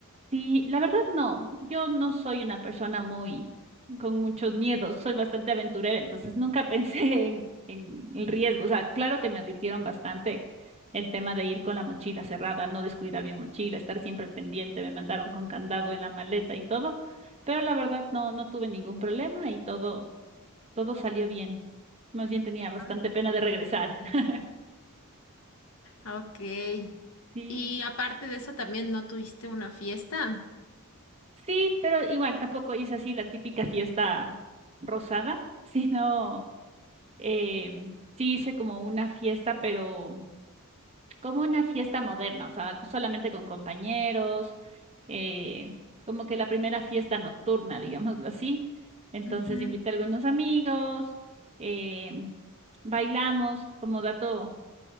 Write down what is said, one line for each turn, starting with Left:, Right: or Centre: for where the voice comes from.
Right: Sí, la verdad no, yo no soy una persona muy con muchos miedos, soy bastante aventurera, entonces nunca <laughs> pensé en, en el riesgo. O sea, claro que me advirtieron bastante el tema de ir con la mochila cerrada, no descuidar mi mochila, estar siempre pendiente, me mandaron con candado en la maleta y todo, pero la verdad no, no tuve ningún problema y todo, todo salió bien. Más bien tenía bastante
Left: Ah,
Right: pena de regresar. <laughs>
Left: Ok.
Right: Sí.
Left: Y aparte de eso, también no tuviste una fiesta.
Right: Sí, pero igual tampoco hice así la típica fiesta rosada, <laughs> sino em, sí hice como una fiesta, pero como una fiesta moderna, o sea, solamente con compañeros, eh, como que la primera fiesta nocturna, digámoslo así. Entonces
Left: Ujú.
Right: invité a algunos amigos, em, bailamos, como dato